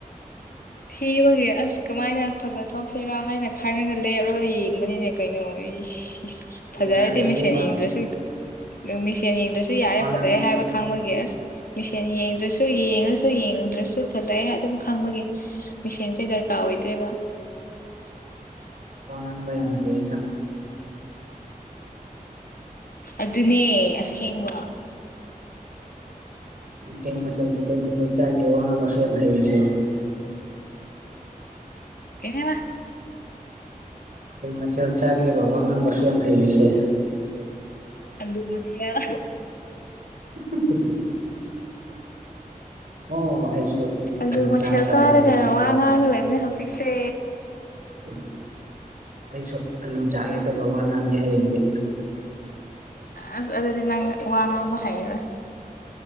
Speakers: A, on the left; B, on the right.
A: ꯊꯤꯕꯒꯤ ꯑꯁ ꯀꯃꯥꯏꯅ ꯐꯖ ꯊꯣꯛꯁꯤꯔꯥ ꯍꯥꯏꯅ ꯈꯔꯒ ꯂꯦꯞꯔꯒ ꯌꯦꯡꯕꯅꯤꯅꯦ ꯀꯩꯅꯣ ꯑꯩꯁ
B: ꯌꯥꯔꯦ
A: ꯐꯖꯔꯗꯤ ꯃꯦꯁꯦꯜ
B: ꯏꯕꯦꯝꯃ
A: ꯌꯦꯡꯗ꯭ꯔꯁꯨ ꯃꯦꯁꯦꯜ ꯌꯦꯡꯗ꯭ꯔꯁꯨ ꯌꯥꯔꯦ
B: ꯋꯥꯉꯥꯡ
A: ꯐꯖꯩ ꯍꯥꯏꯕ ꯈꯪꯕꯒꯤ ꯑꯁ ꯃꯦꯁꯦꯛ ꯌꯦꯡꯗ꯭ꯔꯁꯨ ꯌꯦꯡꯂꯁꯨ ꯌꯦꯡꯗ꯭ꯔꯁꯨ ꯐꯖꯩ ꯑꯗꯨꯝ ꯈꯪꯕꯒꯤ ꯃꯦꯁꯦꯟꯁꯦ ꯗꯔꯀꯥꯔ ꯑꯣꯏꯗ꯭ꯔꯦꯕ
B: ꯋꯥ ꯉꯥꯡꯕ ꯌꯥꯝꯅ ꯍꯩꯑꯦꯅ
A: ꯑꯗꯨꯅꯦ ꯑꯁꯦꯡꯕꯔꯣ
B: ꯀꯩ ꯃꯊꯦꯜ ꯀꯩ ꯃꯊꯦꯜ ꯆꯥꯒꯦ ꯋꯥ ꯉꯥꯡꯕ ꯑꯁꯨꯛꯌꯥꯝ ꯍꯥꯏꯔꯤꯁꯤꯕꯣ
A: ꯀꯩ ꯍꯥꯢꯕ
B: ꯀꯩ ꯃꯊꯦꯜ ꯆꯥꯒꯦꯕ ꯋꯥ ꯉꯥꯡꯕ ꯑꯁꯨꯛ ꯌꯥꯝ ꯍꯩꯔꯤꯁꯦ
A: ꯑꯥꯂꯨ ꯃꯊꯦꯜ
B: <unintelligible> ꯑꯣ ꯑꯩꯁꯨ
A: ꯑꯥꯂꯨ
B: ꯑꯂꯨ
A: ꯃꯊꯦꯜ
B: ꯆꯥꯕ ꯇꯥꯔꯦ
A: ꯆꯥꯔꯒ
B: ꯍꯌꯦꯡ ꯉꯥꯡ
A: ꯋꯥ ꯉꯥꯡꯉꯒ ꯂꯩꯕꯅꯦ ꯍꯧꯖꯤꯛꯁꯦ
B: ꯎꯝ ꯑꯩꯁꯨ ꯑꯂꯨ ꯆꯥꯒꯦ ꯑꯗꯨꯒ ꯋꯥ ꯉꯥꯡꯒꯦ ꯍꯌꯦꯡꯗꯤ
A: ꯑꯁ ꯑꯗꯨꯗꯤ ꯅꯪ ꯋꯥ ꯉꯥꯡꯕ ꯍꯥꯏꯔꯔꯣꯏ